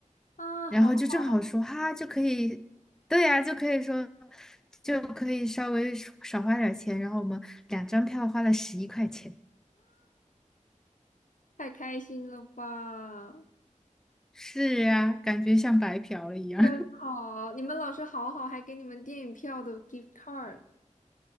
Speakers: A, on the left (about 75°); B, in the centre.
A: 啊，
B: 然后就正好说哈，
A: 好好，
B: 就可以，对呀、就可以说，就可以稍微少花点儿钱。然后我们两张票花了十一块钱。
A: 太开心了吧，
B: 是呀、感觉像白嫖了一样。
A: 真好！你们老师好好，还给你们电影票的 gift card。